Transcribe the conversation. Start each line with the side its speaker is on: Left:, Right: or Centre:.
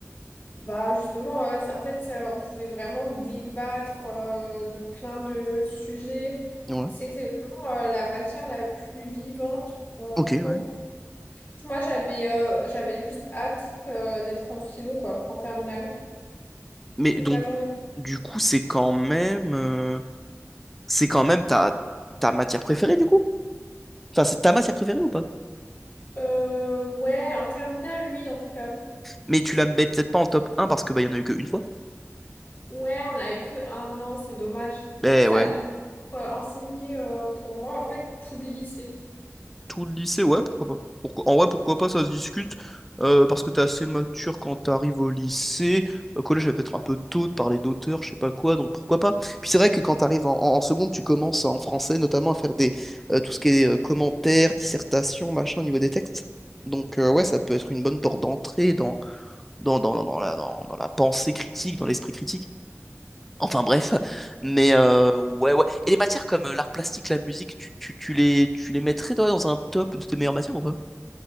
Left: Bah justement, euh, c'est- en fait, euh, on pouvait vraiment débattre euh, de plein de sujets.
Centre: Ouais.
Left: C'était vraiment euh, la matière la plus vivante en
Centre: Ok,
Left: cours.
Centre: ouais.
Left: Moi, j'avais euh, j'avais juste hâte euh, d'être en philo, quoi, en terminale,
Centre: Mais
Left: toute
Centre: donc,
Left: la journée.
Centre: du coup, c'est quand même, euh, c'est quand même ta, ta matière préférée, du coup? Enfin, c'est ta matière préférée ou pas?
Left: Euh, ouais, en terminale, oui, en tout cas.
Centre: Mais tu la mets peut-être pas en top un parce que bah, il y en a eu qu'une fois.
Left: Ouais, on a eu que un an, c'est dommage.
Centre: Mais
Left: En fait, ça
Centre: ouais,
Left: devait être euh, enseigné euh, pour moi, en fait, tout le lycée.
Centre: tout le lycée, ouais, pourquoi pas. Pourquoi... En vrai, pourquoi pas, ça se discute. euh, parce que t'es assez mature quand t'arrives au lycée. Au collège, j'avais peut-être un peu tôt de parler d'auteur, je sais pas quoi, donc pourquoi pas. Puis c'est vrai que quand t'arrives en, en, en seconde, tu commences en français notamment à faire des euh, tout ce qui est euh, commentaires, dissertations, machin au niveau des textes. Donc euh, ouais, ça peut être une bonne porte d'entrée dans, dans, dans, dans dans la, dans, dans la pensée critique, dans l'esprit critique. Enfin bref, mais euh, ouais ouais. Et les matières comme euh, l'art plastique, la musique, tu, tu, tu les tu les mettrais toi dans un top de tes meilleures matières ou pas?